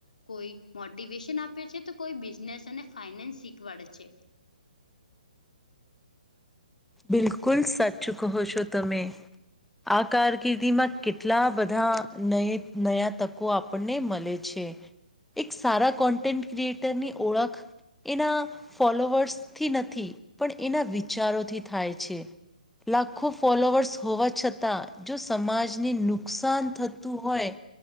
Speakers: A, on the left (about 70°); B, in the centre.
A: કોઈ મોટિવેશન આપે છે, તો કોઈ બિઝનેસ અને ફાઈનાન્સ શીખવાડે છે.
B: બિલકુલ સાચું કહો છો તમે. આ કારકિર્દીમાં કેટલા બધાય <unintelligible> તકો આપ. <unintelligible> મળે છે, એક સારા કોન્ટેન્ટ ક્રિએટરની ઓળખ. એના ફોલોવર્સથી નથી પણ એના વિચારોથી થાય છે. લાખો ફોલોવર્સ હોવા છતાં જો સમાજને નુકસાન થતું હોય.